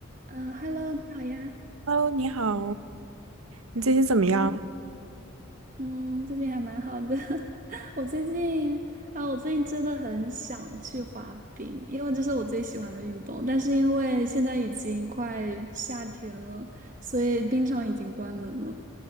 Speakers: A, on the right; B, on the right.
A: 啊，Hello，你好呀。
B: Hello，你好，你最近怎么样？
A: 嗯嗯，最近还蛮好的。<laughs> 我最近啊，我最近真的很想去滑冰，因为这是我最喜欢的运动。但是因为现在已经快夏天了，所以冰场已经关门了。